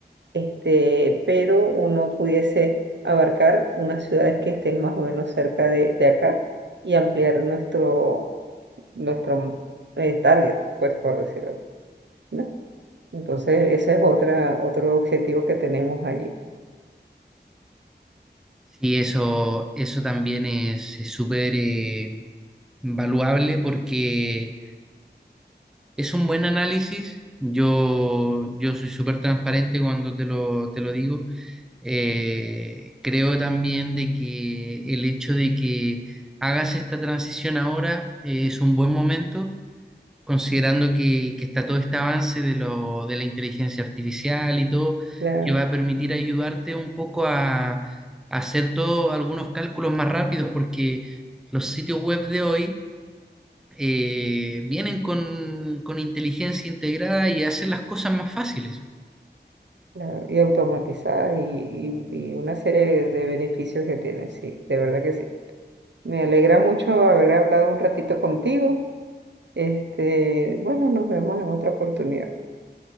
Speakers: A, on the right; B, in the centre.
A: este, pero uno pudiese abarcar unas ciudades que estén más o menos cerca de, de acá y ampliar nuestro, nuestro eh, target, pues por decirlo. ¿no? Entonces, ese es otra, otro objetivo que tenemos allí.
B: Sí, eso, eso también es es súper eh, valuable porque es un buen análisis. Yo, yo soy súper transparente cuando te lo, te lo digo. Eh, creo también de que el hecho de que hagas esta transición ahora eh, es un buen momento considerando que, que está todo este avance de, lo, de la inteligencia artificial y todo,
A: Claro,
B: que va a permitir ayudarte un poco a, a hacer todos algunos cálculos más rápidos, porque los sitios web de hoy eh, vienen con, con inteligencia integrada y hacen las cosas más fáciles.
A: claro. Y automatizadas y, y, y una serie de beneficios que tienen, sí, de verdad que sí. Me alegra mucho haber hablado un ratito contigo. Este, bueno, nos vemos en otra oportunidad.